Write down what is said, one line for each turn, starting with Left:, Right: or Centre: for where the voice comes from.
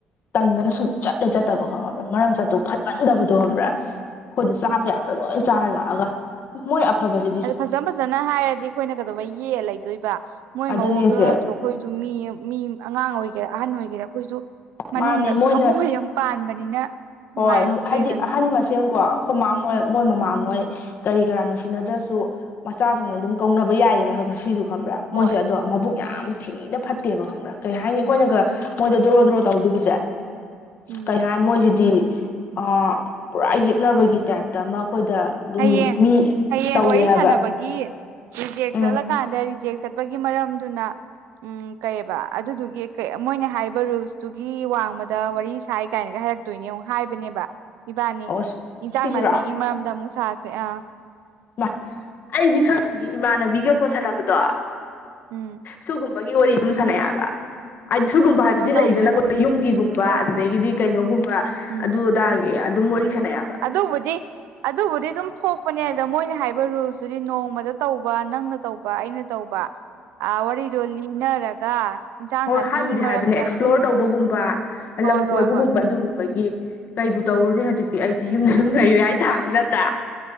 Left: ꯇꯟꯗꯅ ꯁꯨꯡꯆꯠꯍꯦꯛ ꯆꯠꯇꯕ ꯈꯪꯉꯕ꯭ꯔꯥ ꯃꯔꯝꯆꯠꯇꯣ ꯐꯠꯃꯟꯗꯕꯗꯣ ꯈꯪꯕ꯭ꯔꯥ ꯑꯩꯈꯣꯏꯗ ꯆꯥꯕ
Right: ꯎꯝ
Left: ꯌꯥꯕ ꯂꯣꯏ ꯆꯥꯔ ꯂꯥꯛꯑꯒ ꯃꯣꯏ ꯑꯐꯕꯖꯤ
Right: ꯑꯗꯨ ꯐꯖꯅ ꯐꯖꯅ ꯍꯥꯏꯔꯗꯤ ꯑꯩꯈꯣꯏꯅ ꯀꯩꯗꯧꯕꯩ ꯌꯦꯛꯑ ꯂꯩꯗꯣꯏꯕ ꯃꯣꯏ
Left: ꯑꯗꯨꯅꯦꯁꯦ
Right: ꯃꯋꯣꯡꯗꯨꯅ ꯅꯠꯇ꯭ꯔꯣ ꯑꯩꯈꯣꯏꯖꯨ ꯃꯤ ꯃꯤ ꯑꯉꯥꯡ ꯑꯣꯏꯒꯦꯔꯥ ꯑꯍꯟ ꯑꯣꯏꯒꯦꯔꯥ ꯑꯩꯈꯣꯏꯖꯨ ꯃꯅꯨꯡꯗ
Left: ꯃꯥꯅꯦ ꯃꯣꯏꯅ
Right: ꯊꯝꯃꯣꯏ ꯑꯃ ꯄꯥꯟꯕꯅꯤꯅ ꯅꯨꯡꯉꯥꯏꯍꯧꯗ꯭ꯔꯦꯗꯅ
Left: ꯍꯣꯏ ꯍꯥꯏꯗꯤ ꯑꯍꯟ ꯃꯁꯦꯟꯀꯣ ꯑꯈꯣꯏꯃ ꯃꯣꯏ ꯃꯣꯏ ꯃꯃꯥ ꯃꯣꯏ
Right: ꯎꯝ
Left: ꯀꯔꯤ ꯀꯔꯥ ꯅꯨꯡꯁꯤꯅꯗ꯭ꯔꯁꯨ ꯃꯆꯥꯁꯤꯡ ꯑꯗꯨꯝ ꯀꯧꯅꯕ ꯌꯥꯏꯌꯦꯕ ꯉꯁꯤꯁꯨ ꯈꯪꯕ꯭ꯔꯥ
Right: ꯍꯣꯏ
Left: ꯃꯣꯏꯁꯦ ꯑꯗꯣ ꯃꯕꯨꯛ ꯌꯥꯝ ꯊꯤꯅ ꯐꯠꯇꯦꯕ ꯈꯪꯕ꯭ꯔꯥ ꯀꯩ ꯍꯥꯏꯅꯤ ꯑꯩꯈꯣꯏꯅꯒ
Right: ꯎꯝ
Left: ꯃꯣꯏꯗ ꯗ꯭ꯔꯣ ꯗ꯭ꯔꯣ ꯇꯧꯗꯨꯕꯖꯦ
Right: ꯎꯝ
Left: ꯀꯩ ꯍꯥꯏꯅꯤ ꯃꯣꯏꯖꯤꯗꯤ ꯑꯥ ꯄꯨꯔꯥ ꯌꯦꯛꯅꯕꯒꯤ ꯇꯥꯏꯞ <unintelligible> ꯑꯩꯈꯣꯏꯗ ꯑꯗꯨꯝ
Right: ꯍꯌꯦꯡ
Left: ꯃꯤ
Right: ꯍꯌꯦꯡ
Left: ꯇꯧꯋꯦ
Right: ꯋꯥꯔꯤ
Left: ꯍꯥꯏꯕ
Right: ꯁꯥꯟꯅꯕꯒꯤ ꯔꯤꯖꯦꯛ
Left: ꯎꯝ
Right: ꯆꯠꯂꯀꯥꯟꯗ ꯔꯤꯖꯦꯛ ꯆꯠꯄꯒꯤ ꯃꯔꯝꯗꯨꯅ ꯎꯝ ꯀꯩꯌꯦꯕ ꯑꯗꯨꯗꯨꯒꯤ ꯀꯩ ꯃꯣꯏꯅ ꯍꯥꯏꯕ ꯔꯨꯜꯁꯇꯨꯒꯤ ꯋꯥꯡꯃꯗ ꯋꯥꯔꯤ ꯁꯥꯏ ꯀꯥꯏꯅꯒ ꯍꯥꯏꯔꯛ ꯇꯣꯏꯅꯦꯌꯦꯉꯣ ꯍꯥꯏꯕꯅꯦꯕ ꯏꯕꯥꯅꯤ
Left: ꯑꯣ
Right: ꯏꯟꯖꯥꯡ
Left: ꯁꯤꯁꯤꯔꯣ
Right: ꯅꯥꯄꯤꯒꯤ ꯃꯔꯝꯗ ꯑꯃꯨꯛ ꯁꯥꯁꯦ ꯑꯥ
Left: ꯑꯩꯃꯥ ꯑꯩꯗꯤ ꯈꯪꯗꯦ ꯏꯃꯥꯟꯅꯕꯤꯒꯀꯣ ꯁꯥꯟꯅꯕꯗꯣ
Right: ꯎꯝ
Left: ꯁꯨꯒꯨꯝꯕꯒꯤ ꯋꯥꯔꯤ ꯑꯗꯨꯝ ꯁꯥꯟꯅꯩ ꯍꯥꯏꯕ ꯍꯥꯏꯗꯤ ꯁꯨꯒꯨꯝꯕ ꯍꯥꯏꯕꯗꯤ
Right: ꯀꯩꯅꯣ ꯇꯧꯗꯣꯏꯕ
Left: ꯂꯩꯗꯅꯀꯣ ꯌꯨꯝꯒꯤꯒꯨꯝꯕ
Right: ꯎꯝ ꯍꯣꯏ
Left: ꯑꯗꯒꯤꯗꯤ
Right: ꯍꯣꯏ
Left: ꯀꯩꯅꯣꯒꯨꯝꯕ
Right: ꯎꯝ
Left: ꯑꯗꯨ ꯑꯗꯥꯒꯤ ꯑꯗꯨꯝ ꯋꯥꯔꯤ ꯁꯥꯟꯅꯩꯕ
Right: ꯑꯗꯨꯕꯨꯗꯤ ꯑꯗꯨꯕꯨꯗꯤ ꯑꯗꯨꯝ ꯊꯣꯛꯄꯅꯦ ꯑꯗ ꯃꯣꯏꯅ ꯍꯥꯏꯕ ꯔꯨꯜꯇꯨꯗꯤ ꯅꯣꯡꯃꯗ ꯇꯧꯕ ꯅꯪꯅ ꯇꯧꯕ ꯑꯩꯅ ꯇꯧꯕ ꯑꯥ ꯋꯥꯔꯤꯗꯣ ꯂꯤꯅꯔꯒ ꯏꯟꯁꯥꯡ
Left: ꯍꯣꯏ
Right: ꯅꯥꯄꯤꯒꯤ
Left: ꯍꯥꯏꯕꯨꯗꯤ
Right: ꯃꯔꯝꯗ
Left: ꯍꯥꯏꯕꯅꯦ ꯑꯦꯛꯁꯄ꯭ꯂꯣꯔ
Right: ꯁꯨꯝ
Left: ꯇꯧꯕꯒꯨꯝꯕ
Right: ꯍꯣꯏ
Left: ꯂꯝ ꯀꯣꯏꯕꯒꯨꯝꯕ
Right: ꯍꯣꯏ ꯍꯣꯏ
Left: ꯑꯗꯨꯒꯨꯝꯕꯒꯤ ꯀꯩꯕꯨ ꯇꯧꯔꯨꯅꯤ
Right: ꯎꯝ
Left: ꯍꯧꯖꯤꯛꯇꯤ ꯑꯩꯗꯤ ꯌꯨꯝꯗ ꯁꯨꯝ ꯂꯩꯩꯔꯦ ꯍꯥꯏ ꯇꯥꯝꯅꯤ ꯅꯠꯇ꯭ꯔꯥ